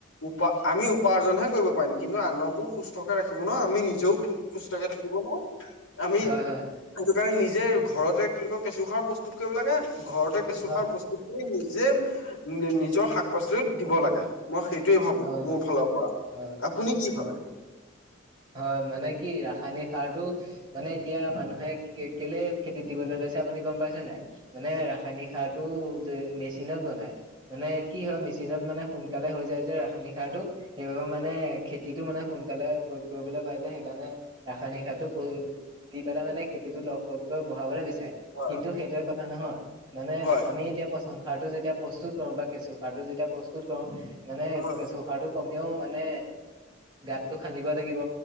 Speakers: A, on the left (about 75°); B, on the right (about 20°).
A: উপ আমি উপাৰ্জন হে কৰিব পাৰিম কিন্তু আনকো সুস্থকে ৰাখিব নোৱাৰো আমি নিজ জেও সুস্থকে থাকিব নোৱাৰো আমি
B: হয়, হয়।
A: হেতু সেই কাৰণে নিজে ঘৰতে <unintelligible> কেঁচু খাৰ প্ৰস্তুত কৰিব লাগে। ঘৰতে কেঁচুসাৰ
B: হয়,
A: প্ৰস্তুত কৰি যে, নিজৰ শাক পাচলিত দিব লাগে। মই সেইটোৱেই ভাবো
B: হয়,
A: মোৰ ফালৰ পৰা,
B: হয়,
A: আপুনি কি
B: হয়।
A: ভাবে।
B: হয় মানে কি ৰাসায়নিক সাৰতটো মানে এতিয়া মানুহে কেলে খেতিত দিবলৈ লৈছে আপুনি গম পাইছে নাই, মানে ৰাসায়নিক সাৰটো যে মেচিনত বনায়। মানে কি হয় মেচিনত মানে সোনকালে হৈ যায় যে ৰাসায়নিক সাৰটো। সেইবাবে মানে খেতিটো মানে সোনকালে প্ৰয়োগ কৰিবলৈ পাই যে সেইকাৰণে ৰাসায়নিক সাৰটো প্ৰয়োগ দি পেলাই মানে খেতিটো লগ হক <unintelligible>
A: হয়
B: কিন্তু সেইটোয়ে কথা নহয়, মানে
A: হয়
B: আমি এতিয়া পচ সাৰটো যেতিয়া প্ৰস্তুত কৰো বা কেঁচু সাৰটো যেতিয়া প্ৰস্তুত কৰো মানে
A: হয়
B: কেঁচু সাৰটো কমেও মানে গাতটো খান্দিব লাগিব।